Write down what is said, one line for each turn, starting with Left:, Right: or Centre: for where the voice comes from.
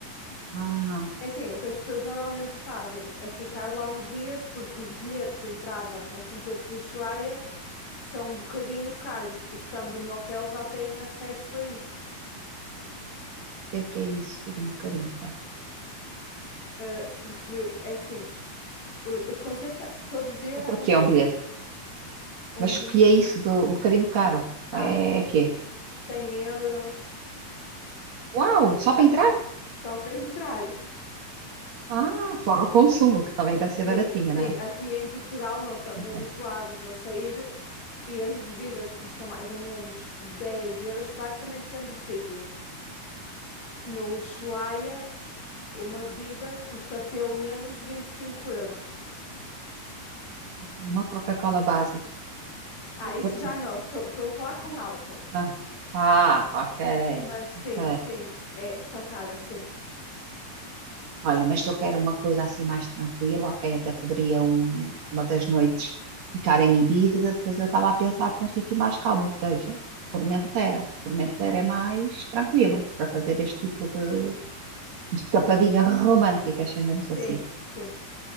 Right: Ah, o
Left: É assim, o que as pessoas normalmente fazem é ficar lá uns dias porque os bilhetes de entrada para os concertos do Ushuaia são um bocadinho caros e estando no hotel já têm acesso a isso.
Right: que é que é isso? Um bocadinho caro.
Left: Eh, porque é assim, o- os concertos já- todos os dias
Right: Quanto
Left: já com
Right: é que é um bilhete?
Left: um
Right: Mas
Left: bilhete.
Right: o que é isso de um bocadinho caro?
Left: Ah,
Right: É que é?
Left: 100 euros
Right: Uau, só para entrar?
Left: só para <laughs> entrar.
Right: Ah, fora o consumo, que também deve ser
Left: Sim,
Right: baratinha,
Left: sim,
Right: não é?
Left: aqui em Portugal nós estamos
Right: Ok,
Left: habituados a sair e as bebidas custam mais ou menos 10 euros. Claro que também depende do sítio. No Ushuaia, uma bebida custa pelo menos 25 euros.
Right: ok, uma Coca-Cola básica.
Left: Ah,
Right: <laughs>
Left: isso já não, estou, estou a falar com álcool.
Right: Ah, ah, ok,
Left: Mas sim,
Right: ok.
Left: sim, é, são caras, sim.
Right: Olha, mas se eu quero uma coisa assim mais tranquila, ok, até poderia um- uma das noites ficar em Ibiza, depois eu estava a pensar para um sítio mais calmo, ou seja, Formentera. Formentera é mais tranquilo para fazer este tipo de, de escapadinha romântica, chamemos
Left: Sim,
Right: assim.
Left: sim,